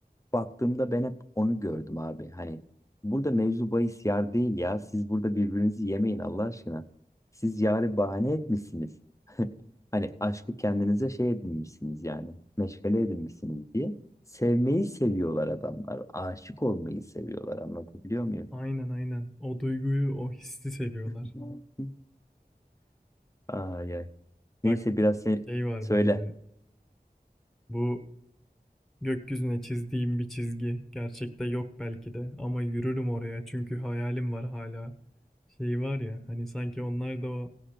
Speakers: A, on the left; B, in the centre.
A: baktığımda ben hep onu gördüm abi. Hani burada mevzu bahis yar değil ya. Siz burada birbirinizi yemeyin Allah aşkına. Siz yarı bahane etmişsiniz. <laughs> Hani aşkı kendinize şey edinmişsiniz yani. Meşgale edinmişsiniz diye. Sevmeyi seviyorlar adamlar. Aşık olmayı seviyorlar. Anlatabiliyor muyum?
B: Aynen aynen. O duyguyu, o hissi seviyorlar.
A: <laughs> Ay ay. Neyse
B: Bak
A: biraz sen
B: şey var
A: söyle.
B: bende. Bu gökyüzüne çizdiğim bir çizgi. Gerçekte yok belki de ama yürürüm oraya çünkü hayalim var hala. Şey var ya hani sanki onlar da o